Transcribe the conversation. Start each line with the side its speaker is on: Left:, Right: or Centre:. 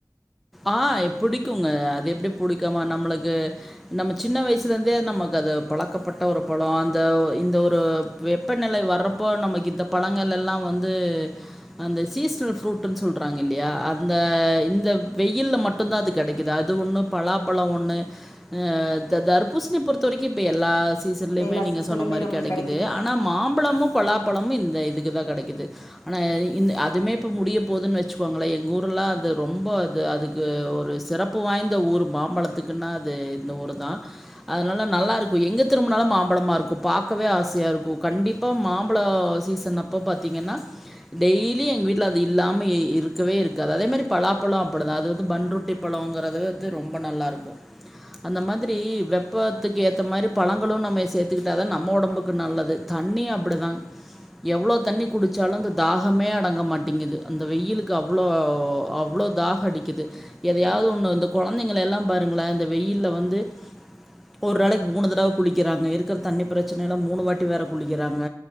Centre: ஆ புடிக்குங்க அது எப்படி புடிக்காம நம்ளுக்கு நம்ம சின்ன வயசுலருந்தே நமக்கு அது பழக்கப்பட்ட ஒரு பழொ அந்த இந்த ஒரு வெப்பநிலை வர்றப்போ நமக்கு இந்த பழங்களெல்லா வந்து அந்த சீசனல் ஃப்ரூட்ன்னு சொல்றாங்க இல்லையா அந்த இந்த இல்ல மட்டுந்தா அது கெடைக்குது அது ஒண்ணு பலாப்பழொ ஒண்ணு இந்த தர்பூசணி பொறுத்த வரைக்கு இப்ப எல்லா சீசன்லயுமே
Left: எல்லா
Centre: நீங்க
Left: சீசன்லயுமே
Centre: சொன்ன மாரி
Left: நம்மளுக்கு
Centre: கெடைக்குது
Left: கிடைக்குது.
Centre: ஆனா மாம்பழமு பலாப்பழமு இந்த இதுக்குதா கெடக்குது ஆனா இ அதுமே இப்ப முடிய போதுன்னு வச்சுக்கோங்ளே எங்க ஊர்ல்லா அது ரொம்ப அ அதுக்கு ஒரு சிறப்பு வாய்ந்த ஊர் மாம்பழத்துக்குன்னா அது இந்த ஊர் தா அதனால நல்லா இருக்கும் எங்கே திரும்பினாலும் மாம்பழமா ருக்கும் பார்க்கவே ஆசையாக இருக்கு கண்டிப்பாக மாம்பழம் சீசன் அப்போ பாத்தீங்கன்னா டெய்லி எங்க வீட்டில அது இல்லாம இருக்கவே இருக்காது அதே மாரி பலாப்பழம் அது வந்து பண்ட்டி பழங்கறது ரொம்ப நல்லாருக்கும் அந்த மாதிரி வெப்பத்துக்கு ஏத்த மாரி பழங்களும் நம்ம சேத்துக்கிட்டா தான் நம்ம ஒடம்புக்கு நல்லது தண்ணி அப்படிதா எவ்ளோ தண்ணி குடிச்சாலும் இந்த தாகமே அடங்க மாட்டேங்குது இந்த வெயிலுக்கு அவ்ளோ அவ்ளோ தாகோ அடிக்குது எதையாவது
Left: ம்.
Centre: ஒண்ணு இந்த கொழந்தைங்கலெல்லா பாருங்களே இந்த வெயில்ல வந்து ஒரு நாளைவுக்கு மூணு தடவ குளிக்கிறாங்க இருக்கிற தண்ணி பிரச்சனையில்ல மூணு வாட்டி வேற குளிக்கிறாங்க